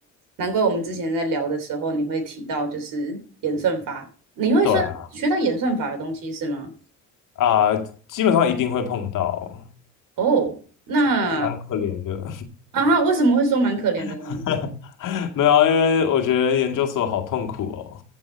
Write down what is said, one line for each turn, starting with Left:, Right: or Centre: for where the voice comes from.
Right: 难怪我们之前在聊的时候你会提到就是演算法，你会算学到演算法的东西是吗？
Left: 对啊，啊、基本上一定会碰到，
Right: 哦，那
Left: 就蛮可怜的。
Right: 啊，为什么会说蛮可怜的呢？
Left: <laughs> 没有啊因为我觉得研究所好痛苦哦，